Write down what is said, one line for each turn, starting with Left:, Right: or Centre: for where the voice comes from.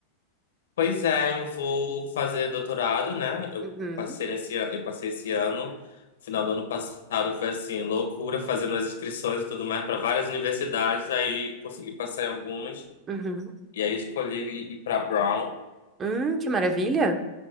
Left: Pois é, eu vou fazer doutorado, né? Eu
Right: Uhum,
Left: passei nesse ano, eu passei esse ano, final do ano passado foi assim, loucura, fazendo as inscrições e tudo mais para várias universidades, aí consegui passar em algumas.
Right: uhum.
Left: E aí escolhi ir ir pra Brown,
Right: Hum, que maravilha!